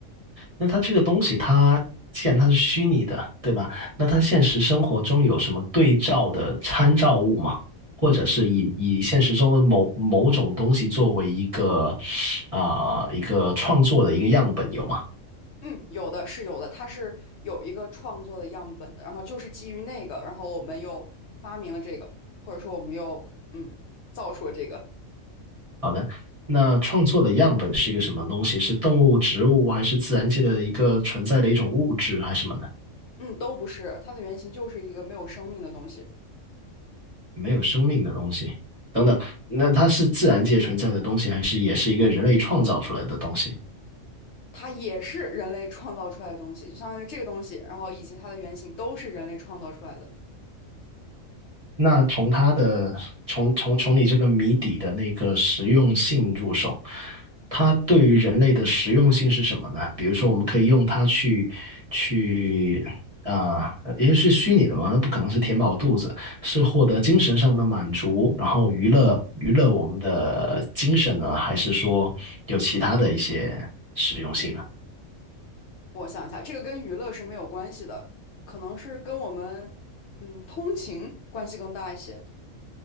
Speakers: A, on the right (about 30°); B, on the left (about 65°).
A: 那它这个东西它，既然它是虚拟的，对吧？那它现实生活中有什么对照的参照物吗？或者是以以现实中的某某种东西作为一个啊、一个创作的一个样本有吗？
B: 嗯，有的是有的，它是有一个创作的样本的，然后就是基于那个，然后我们又发明了这个，或者说我们又嗯造出了这个，
A: 好的，那创作的样本是一个什么东西？是动物、植物，还是自然界的一个存在的一种物质，还是什么呢？
B: 嗯，都不是，它的原型就是一个没有生命的东西。
A: 没有生命的东西，等等。那它是自然界存在的东西，还是也是一个人类创造出来的东西？
B: 它也是人类创造出来的东西，就相当于这个东西，然后以及它的原型都是人类创造出来的。
A: 那从它的从从从你这个谜底的那个实用性入手，它对于人类的实用性是什么呢？比如说，我们可以用它去去啊、呃，因为是虚拟的嘛，那不可能是填饱肚子，是获得精神上的满足，然后娱乐娱乐我们的精神呢，还是说有其他的一些实用性呢？
B: 我想一下，这个跟娱乐是没有关系的，可能是跟我们嗯通勤关系更大一些。